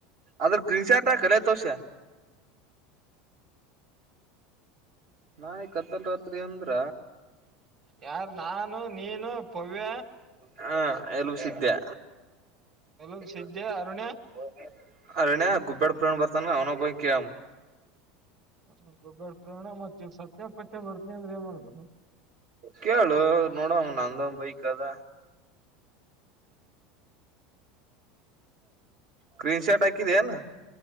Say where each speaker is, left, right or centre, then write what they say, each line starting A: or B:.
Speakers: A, on the right; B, on the right.
A: ಅದ್ರ ಕ್ರಚಟ ಕೆತಸ <inaudible> ನಾಳಿಗ ಕತ್ತಲ್ ರಾತ್ರಿ ಅಂದ್ರ.
B: ಯಾರ್ ನಾನು ನೀನು. ಪವ್ಯ
A: ಹಾ. ಎಲೂ ಸಿದ್ಯಾ.
B: ಎಲ್ಲೂ ಸಿದ್ದೆ
A: <inaudible>
B: ಅರುಣ್ಯ
A: ಅರುಣ್ಯಾ ಗುಬ್ಬೇಡ್ ಪು ಬರ್ತನ ಅವನ ಪ ಕಾಮ <inaudible>
B: ಹ ಗುಬ್ಬ್ಯಾಡ್ ಪ್ರವೀಣ ಮತ್ತಿವ್ ಸತ್ಯಪತ್ಯ ಬರ್ತನಿ ಅಂದ್ರೆ ಏನ್ ಮಾಡ್ದ.
A: ಕೇಳು ನೋಡಮ್ ನಂದದ ಬೈಕ್. ಕದ. ಕ್ರೀನ್ ಶಾರ್ಟ್ ಹಾಕಿದೆನ.